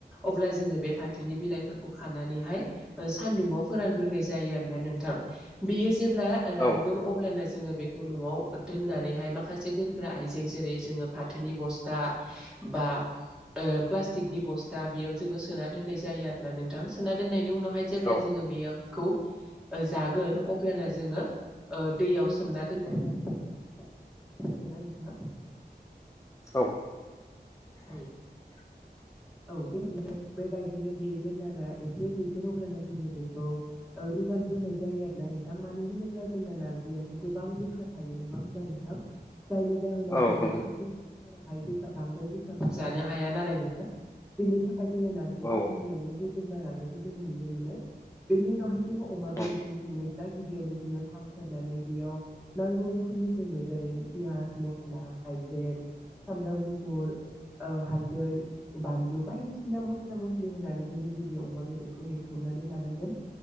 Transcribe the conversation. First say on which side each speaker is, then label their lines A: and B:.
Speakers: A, in the centre; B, on the left.
A: अब्ला जोङो बे फाथोनि बिलाइफोरखौ खानानैहाय सान्दुङाव फोरानग्रोनाय जायो आरोना नोंथां बेयो जेब्ला रानगोन
B: औ
A: अब्लाना जोङो बेखौ न'आव दोननानैहाय माखासे दोनग्रा आइजें जेरै जोङो फाथोनि बस्था बा प्लास्टिकनि बस्था बेयाव जोङो सोना दोननाय जायो आरो ना नोंथां सोना दोननायनि उनाव जेब्ला
B: औ
A: जोङो बेखौ जागोन अब्लानिया जोङो ओ दैयाव सोमना दोननाय जायो आरोना नोंथां खोनादोंना नोंथाङा
B: औ <inaudible>
A: औ औ बे बेबायदिनो बेयो जेब्लाना एसे रुइगोन अब्लाना जोङो बेखौ रुगार नाय जायो आरो ना नोंथां मानो होनोब्ला जोंना नारजियावथ' गोबां गोखा थायो नङा होमबा नोंथां जायनि जाहोनाव
B: नंगौ
A: जोंना माखासे सुबुंफोराहाय गोखा बांद्राय गो जानो हाया नालाय नोंथां बेनि थाखाय जोङो नारजिखौ
B: औ
A: गिबियावनो
B: औ
A: रुना लानायखौ जोङो नुनो मोनो बेनि उनावहाय जोङो अमा बेदरजों
B: औ
A: संनोब्ला गिबियावनो जोङो थाव सेरनानै बेयाव नांगौ रोखोम नि जेरै पियाज मस्ला हाइजें सामब्राम गुफुर हालदै बानलु बायदिसिना मस्ला मस्लि होनानै जोङो गिबियाव अमा बेदरखौ एवथ्रम नानै लानांगोन